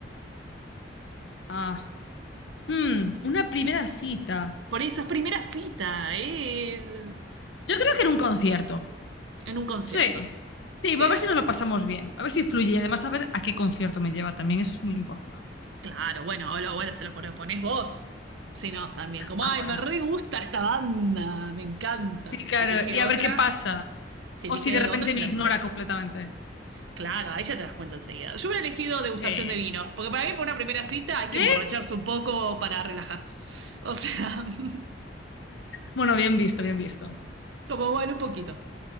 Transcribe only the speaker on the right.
Por esas primeras citas, en
un concierto.
Bien,
bien.
Claro, bueno, o lo- bueno, se lo propones vos. Si no, también como,
ay,
me re gusta esta banda, me encanta.
Si elige
otra,
si
elige
otra es
una
imbécil.
Claro, ahí ya te das cuenta enseguida. Yo hubiera elegido degustación
de vino, porque para mí, por una primera cita, hay que
emborracharse un poco para relajar. O sea, <laughs>
como bueno, un poquito.